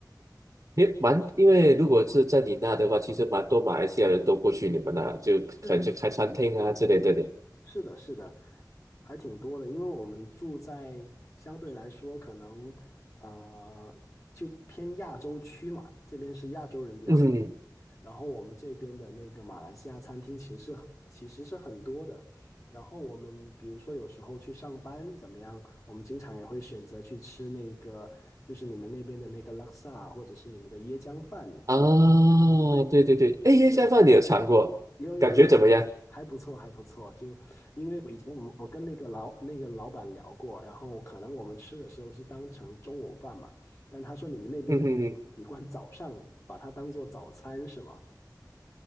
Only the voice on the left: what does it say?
是是的，是的，还挺多的。因为我们住在相对来说可能呃就偏亚洲区嘛，这边是亚洲人比较多。
然后我们这边的那个马来西亚餐厅其实是很其实是很多的。然后我们比如说有时候去上班怎么样，我们经常也会选择去吃那个，就是你们那边的那个拉萨，或者是你们的椰浆饭之类的。
因为
对，有有有，
还不错还不错。就因为我以前我们我跟那个老那个老板聊过，然后可能我们吃的时候是当成中午饭嘛，但他说你们那边的人会习惯早上把它当做早餐是吗？